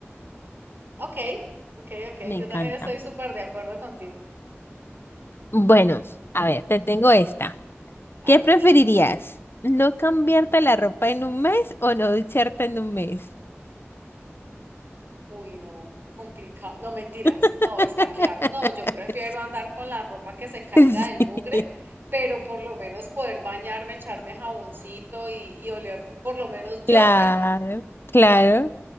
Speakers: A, on the right; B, on the left.
A: Ok, ok, ok.
B: Me
A: Yo
B: encanta.
A: también estoy súper de acuerdo contigo.
B: Bueno, a ver, te tengo esta. ¿Qué
A: A
B: preferirías?
A: ver,
B: ¿No cambiarte la ropa en un mes o no ducharte en un mes?
A: uy, no, complicado. No, mentiras.
B: <laughs>
A: No, está claro. No, yo prefiero andar con la ropa que se caiga
B: Sí.
A: del mugre, pero por lo menos poder bañarme, echarme jaboncito y, y oler por lo menos yo
B: Claro,
A: rico.
B: claro. O